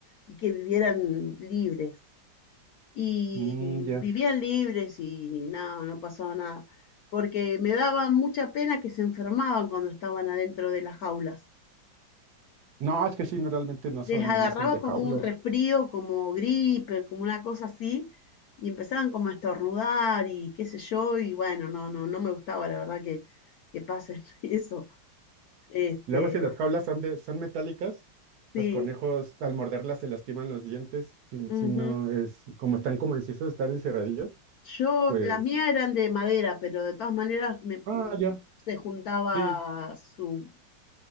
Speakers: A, on the left (about 70°); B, on the right (about 65°).
A: y que vivieran libres. Y
B: Mm,
A: mm,
B: ya,
A: vivían libres y nada, no pasaba nada, porque me daba mucha pena que se enfermaban cuando estaban adentro de las jaulas.
B: No, es que sí, no, realmente no
A: les
B: son,
A: agarraba
B: no son de
A: como
B: jaulas,
A: un resfrío, como gripe, como una cosa así, y empezaban como a estornudar y qué sé yo, y bueno, no, no, no me gustaba la verdad que, que pasen <laughs> eso. Este,
B: luego si las jaulas son de, son metálicas,
A: sí.
B: los conejos al morderlas se lastiman los dientes, si,
A: ujú.
B: si no es, como están como si estar encerradillos,
A: Yo,
B: pues
A: las mías eran de madera, pero de todas maneras me, mm,
B: Ah, ya,
A: se juntaba
B: sí,
A: su-